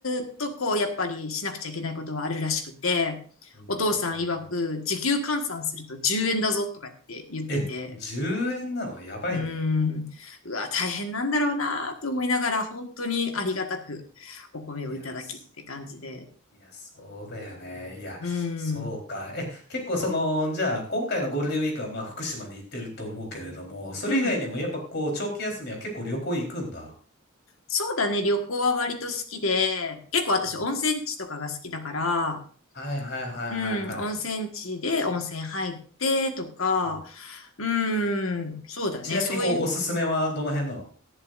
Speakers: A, on the left; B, on the left.
A: ーっとこう、やっぱりしなくちゃいけないことはあるらしくて、
B: うんうんうんうん。
A: お父さん曰く、時給換算すると10円だぞとかって言ってて、
B: え、10円なのやばいね。
A: うーん、うわ、大変なんだろうなと思いながら、本当にありがたくお米をいただきって感じで、
B: いや、すいや、そうだよね。いや、
A: うー
B: そうか。
A: ん、
B: え、結構その、じゃあ、今回のゴールデンウィークはまあ福島に行ってると思うけれども、それ以外にもやっぱこう、
A: うん。
B: 長期休みは結構旅行行くんだ。
A: そうだね、旅行は割と好きで、結構私温泉地とかが好きだから、
B: うんはいはいはいはいはい。
A: うん、温泉地で温泉入ってとか、
B: うん。
A: うん、そうだね、
B: ちなみに、
A: そういう、
B: こう、おすすめはどの辺なの